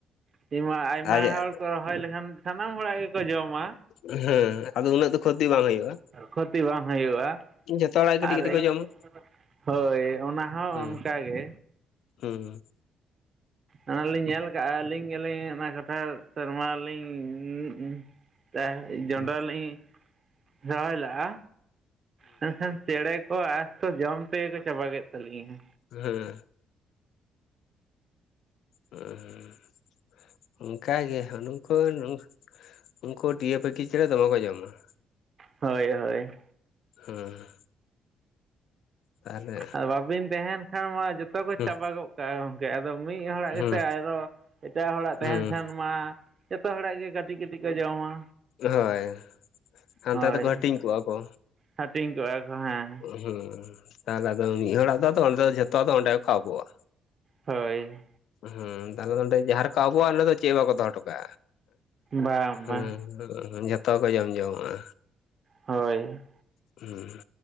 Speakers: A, on the right; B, on the left.
A: ᱛᱤᱢᱟ ᱟᱭᱢᱟ
B: ᱟᱡᱟᱜ
A: ᱦᱚᱲ ᱠᱚ ᱨᱚᱦᱚᱭ ᱞᱮᱠᱷᱟᱱ ᱥᱟᱱᱟᱢ ᱦᱚᱲᱟᱜ ᱜᱮᱠᱚ ᱡᱚᱢᱟ
B: ᱦᱮᱸ ᱟᱫᱚ ᱩᱱᱟᱹᱜ ᱫᱚ ᱠᱷᱚᱛᱤ ᱵᱟᱝ ᱦᱩᱭᱩᱜᱼᱟ
A: ᱠᱷᱳᱛᱤ ᱵᱟᱝ ᱦᱩᱭᱩᱜ-ᱟ
B: ᱡᱷᱚᱛᱚ ᱦᱚᱲᱟᱜ ᱜᱮ ᱠᱟᱹᱴᱤᱡ
A: ᱟᱨ
B: ᱠᱟᱹᱴᱤᱡ
A: ᱮᱠ
B: ᱠᱚ ᱡᱚᱢᱟ
A: ᱦᱳᱭ ᱚᱱᱟ ᱦᱚᱸ
B: ᱦᱩᱸ
A: ᱚᱱᱠᱟ ᱜᱮ
B: ᱦᱩᱸ
A: ᱚᱱᱟᱞᱤᱧ ᱧᱮᱞ ᱠᱟᱜᱼᱟ ᱟᱹᱞᱤᱧ ᱜᱮᱞᱤᱧ ᱚᱱᱟ ᱠᱟᱴᱷᱟᱹᱨ ᱥᱮᱨᱢᱟ ᱞᱤᱧ ᱤᱸ ᱤᱸ ᱛᱟ ᱡᱚᱱᱰᱨᱟ
B: ᱦᱩᱸ
A: ᱞᱤᱧ ᱨᱚᱦᱚᱭ ᱞᱟᱜᱼᱟ ᱢᱮᱱᱠᱷᱟᱱ ᱪᱮᱬᱮ ᱠᱚ ᱟᱨ ᱠᱚ ᱡᱚᱢ ᱛᱮᱜᱮ ᱠᱚ ᱪᱟᱵᱟ ᱠᱮᱫ ᱛᱟᱹᱞᱤᱧᱟ᱾
B: ᱦᱮᱸ <unintelligible> ᱚᱱᱠᱟ ᱜᱮ ᱩᱱᱠᱩ ᱱᱩᱠ ᱩᱱᱠᱩ ᱴᱤᱭᱟᱹ ᱯᱟᱹᱠᱷᱤ ᱪᱮᱬᱮ ᱫᱚᱢᱮ ᱠᱚ ᱡᱚᱢᱟ ᱾
A: ᱦᱳᱭ ᱦᱳᱭ
B: ᱦᱮᱸ ᱛᱟᱦᱚᱞᱮ
A: ᱟᱨ ᱵᱟᱵᱤᱱ ᱛᱟᱦᱮᱱ ᱠᱷᱟᱱ ᱢᱟ ᱡᱚᱛᱚ ᱠᱚ
B: ᱦᱩᱸ
A: ᱪᱟᱵᱟ ᱜᱚᱜ ᱠᱟ ᱜᱚᱝᱠᱮ ᱟᱫᱚ ᱢᱤᱫ
B: ᱦᱩᱸ
A: ᱜᱮᱥᱮ ᱟᱭᱨᱚ ᱮᱴᱟᱜ ᱦᱚᱲᱟᱜ ᱛᱟᱦᱮᱱ
B: ᱦᱩᱸ
A: ᱠᱷᱟᱱ ᱢᱟ ᱡᱚᱛᱚ ᱦᱚᱲᱟᱜ ᱜᱮ ᱠᱟᱴᱤᱜ ᱠᱟᱹᱴᱤᱜ ᱠᱚ ᱡᱚᱢᱟ
B: ᱦᱳᱭ ᱦᱟᱱᱛᱮ
A: ᱦᱳᱭ
B: ᱫᱚᱠᱚ ᱦᱟᱹᱴᱤᱧ ᱠᱚᱣᱟ ᱠᱚ
A: ᱦᱟᱹᱴᱤᱧ ᱠᱚᱜᱼᱟ ᱠᱚ ᱦᱮᱸ
B: ᱦᱩᱸ ᱛᱟᱦᱚᱞᱮ ᱟᱫᱚ ᱢᱤᱫ ᱦᱚᱲᱟᱜ ᱫᱚ ᱟᱸᱫᱚ ᱚᱱᱛᱮ ᱡᱷᱚᱛᱚ ᱫᱚ ᱚᱸᱰᱮ ᱠᱚ ᱟᱵᱚᱜᱼᱟ
A: ᱦᱳᱭ
B: ᱦᱩᱸ ᱛᱟᱦᱚᱞᱮ ᱱᱚᱸᱰᱮ ᱡᱟᱦᱟᱸ ᱨᱮ ᱠᱚ ᱟᱵᱚᱜᱼᱟ ᱱᱚᱸᱰᱮ ᱫᱚ ᱪᱮᱫ <unintelligible> ᱵᱟᱠᱚ ᱫᱚᱦᱚ ᱴᱚᱠᱟᱜᱼᱟ
A: ᱵᱟᱝ ᱵᱟᱝ
B: ᱮᱸ ᱦᱩᱸ ᱡᱚᱛᱚ ᱠᱚ ᱡᱚᱢ ᱡᱚᱢ ᱢᱟᱜᱼᱟ
A: ᱦᱳᱭ
B: ᱦᱩᱸ